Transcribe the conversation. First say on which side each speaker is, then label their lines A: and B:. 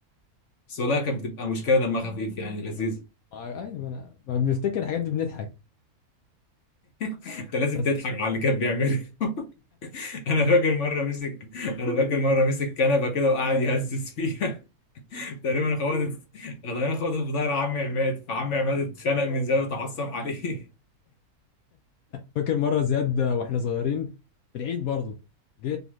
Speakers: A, on the left; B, on the left.
A: بس والله كانت بتبقى مشكلة دمها خفيف يعني لذيذة
B: آه، ايوه ما انا ما بنفتكر الحاجات دي بنضحك
A: <laughs> انت لازم
B: بس
A: تضحك على اللي كان بيعمله <laughs> انا فاكر مرة مسك انا فاكر مرة مسك كنبة كده وقعد يهزز فيها <laughs> تقريبا خبطت تقريبا خبطت في ظهر عمي عماد فعمي عماد اتخنق من زي وتعصب عليه
B: فاكر مره زياد واحنا صغيرين في العيد برضه جه